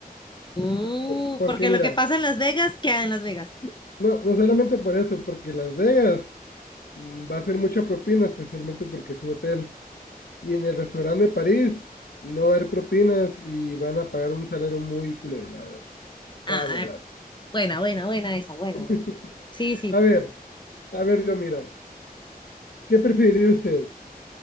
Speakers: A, on the left; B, on the left.
A: Uh,
B: O- porque
A: porque
B: mira,
A: lo que pasa en Las Vegas queda en Las Vegas.
B: no, no solamente por eso, porque Las Vegas mm, va a ser mucha propina, especialmente porque es un hotel. Y en el restaurante de París no va a haber propinas y van a pagar un salario muy culero, la verdad.
A: Ah,
B: La verdad.
A: buena, buena, buena esa, buena.
B: <laughs>
A: buena. Sí, sí.
B: A ver, a ver, yo mira, ¿qué preferiría usted?